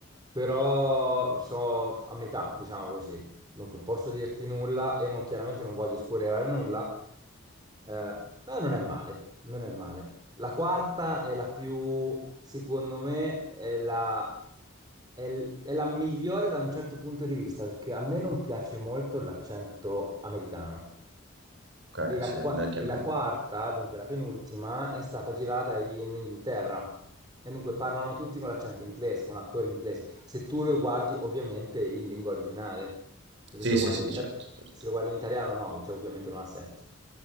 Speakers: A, on the right (about 20°); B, on the right (about 55°).
A: però so a metà, diciamo così. Dunque, posso dirti nulla e non, chiaramente non voglio spoilerare nulla. Eh, eh, non è male, non è male. La quarta è la più, secondo me, è la, è l- è la migliore da un certo punto di vista, perché a me non piace molto l'accento americano.
B: ok,
A: E la,
B: sì,
A: qua-
B: non è che
A: e
B: a
A: la
B: me.
A: quarta, dunque la penultima, è stata girata in Inghilterra. E dunque parlano tutti con l'accento inglese, con attori inglesi. Se tu lo guardi ovviamente in lingua originale, perché
B: Sì,
A: se lo
B: sì,
A: guardi
B: sì,
A: in, ita-
B: certo, certo,
A: se lo guardi in italiano no, cioè, ovviamente non ha senso.